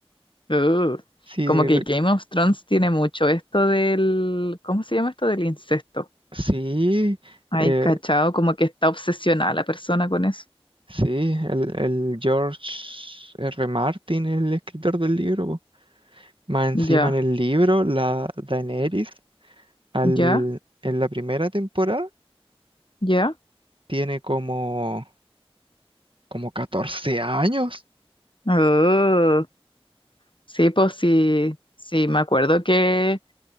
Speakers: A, on the left; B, on the right.
A: ugh.
B: Sí,
A: Como que
B: re-
A: Game of Thrones tiene mucho esto del... ¿Cómo se llama esto del incesto?
B: sí,
A: Ay,
B: eh,
A: cachao, como que está obsesionada la persona con eso.
B: sí, el, el George R. Martin, el escritor del libro, po. Más encima
A: Ya,
B: en el libro, la Daenerys, al,
A: ya,
B: en la primera temporada,
A: ya.
B: tiene como, como 14 años.
A: Ugh. Sí, pues sí, sí, me acuerdo que,